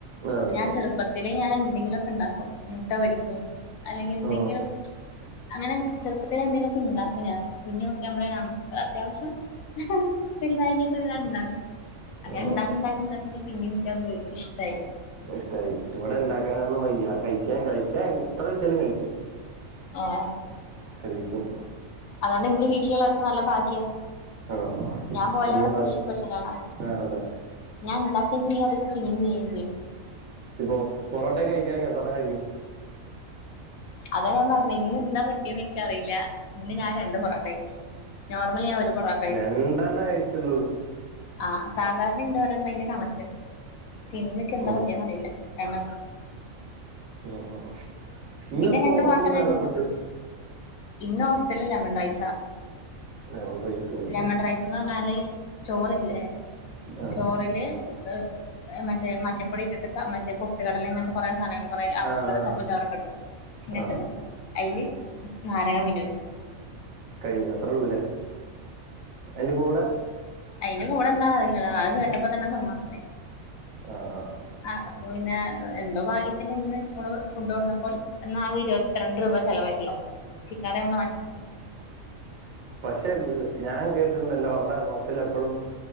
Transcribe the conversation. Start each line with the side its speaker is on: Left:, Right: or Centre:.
Left: അപ്പ
Right: അതെ
Left: ഞാൻ
Right: അതെ
Left: ചെറ്പ്പത്തിലേ ഞാനെന്തെങ്കിലൊക്കെണ്ടാക്കും മു ട്ട പൊരിക്കും അല്ലെങ്കി എന്തെങ്കിലാെ
Right: ഓ
Left: അങ്ങെനെ ചെർപ്പത്തിലേ എന്തേലൊക്കെണ്ടാക്കും ഞാൻ കുഞ്ഞ്കുട്ട്യാവുമ്പളേ ഞാം അത്യാവ്ശ്യം വെൽതായേന്റേഷും ഞാണ്ടാക്കും അങ്ങെനെണ്ടാക്കിണ്ടാക്കിണ്ടാക്കിണ്ട്
Right: ഓ
Left: പിന്നെ ഇൻക്ക്യത് ഇഷ്ട്ടായി
Right: ഇഷ്ട്ടായി പുവട ണ്ടാക്കാനൊന്നും വയ്യ കഴിക്ക്യാൻ കഴിക്ക്യാൻ എ ത്ര കിട്ട്യാലും കഴിക്ക്യും
Left: ആഹ്
Right: കഴിക്കും
Left: അതോണ്ട് ഇന്റെ വീട്ടില്ള്ളവർക്ക് നല്ല ഭാഗ്യാ
Right: ആഹ്
Left: ഞാം പോയാ
Right: ഒന്ന്
Left: അവ്ടെ
Right: മാറി
Left: ഫുള്ള് സ്പെഷ്യെലേളാ
Right: ആ അതെ
Left: ഞാൻ ഇണ്ടാക്കേം ചെയ്യും അതൊക്കെ <unintelligible> ചെയ്യേം ചെയ്യും
Right: ഇപ്പോ പൊറോട്ടാെക്കെ കഴിക്ക്യാണെങ്കി എത്രെണം കഴിക്ക്യും
Left: അതാ ഞാൻ പർഞ്ഞേ ഇന്നെന്താ പറ്റ്യേന്ന് ഇൻക്ക്യറീലാ ഇന്ന് ഞാൻ രണ്ട് പൊറാട്ട കയ്ച്ച് നോർമെലി ഞാൻ ഒര് പൊറാ
Right: രണ്ടെണ്ണെ കഴിച്ചൊള്ളു
Left: ആഹ് സാധാരണെന്റെ ഒരെണ്ണാ ഇന്റെ കണെക്ക്‌ ഷേ ഇന്ന്ക്ക് എന്താ
Right: ഓ
Left: പറ്റ്യേന്നറിയില്ല രണ്ടെണ്ണം കയ്ച്ച്
Right: ആഹ് ഇന്ന്പ്പോസ്റ്റെൽന്നേതാ
Left: പിന്നെ രണ്ട് പൊറോട്ട ഞാൻ കഴിക്കും
Right: ഫുഡ്ഡ്
Left: ഇന്ന് ഹോസ്റ്റൽല് ലെമെൺ റൈസാ
Right: ലെമൺ റൈസ് കഴിച്ചു
Left: ലെമെൺ റൈസ്ന്ന് പർഞ്ഞാല് ചോറ്ല്ലേ
Right: ആ
Left: ചോറില് ത് മറ്റേ മഞ്ഞപ്പൊടി ഇട്ടിട്ട് ക മറ്റേ പൊട്ട് കടലേം ഇങ്ങൻത്തെ കൊറേ സാനങ്ങെള് കാെറേ ആവശ്യള്ളെത്
Right: ആ ആ
Left: ച പ്പം ചാറാെക്കെടും ന്നെട്ട്
Right: ആ
Left: അയ്ല് നാരങ്ങ പീഞ്ഞൊയ്ക്കും
Right: കയ്ഞ്ഞു അത്രാെള്ളുലേ അയ്ന്റെ കൂടേ
Left: അയ്ന്റെ കൂടന്നാ <unintelligible> അത് കേട്ടപ്പോ തന്നെ സമാധാനായി
Right: ആഹ് <unintelligible>
Left: ആഹ് അപ്പോ പിന്നെ എന്തോ ഭാഗ്യത്തിന് ഇന്ന് നമ്മള് ഫുഡ്‌ കൊടുവന്നപ്പോയി എന്നാ ഇരുവത്രണ്ട് രൂപ ചെലവായിട്ടൊള്ളു ചിക്കങ്കറി നമ്മള് വാങ്ങിച്ചു.
Right: പക്ഷേ ഞാൻ കേട്ടിട്ടുണ്ടല്ലോ അവടെ ഹോസ്റ്റല് എപ്പഴും